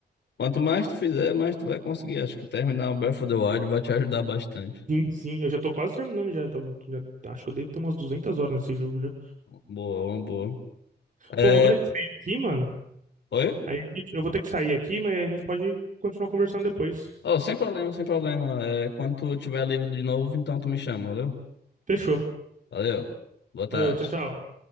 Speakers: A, on the left (about 80°); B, on the right (about 45°).
A: quanto mais tu fizer, mais tu vai conseguir. Acho que terminar o Breath of the Wild vai te ajudar bastante.
B: Sim, sim, eu já tô quase terminando já, tô- já- acho que eu devo ter umas 200 horas nesse jogo já.
A: Boa, uma boa. É,
B: Pô, mas eu vou ter que sair aqui, mano.
A: oi?
B: Aí a gente- eu vou ter que sair aqui, mas a gente pode continuar conversando depois.
A: Oh, sem problema, sem problema. É, quando tu tiver livre de novo, então tu me chama, valeu?
B: Fechou.
A: Valeu. Boa tarde.
B: Valeu, tchau, tchau.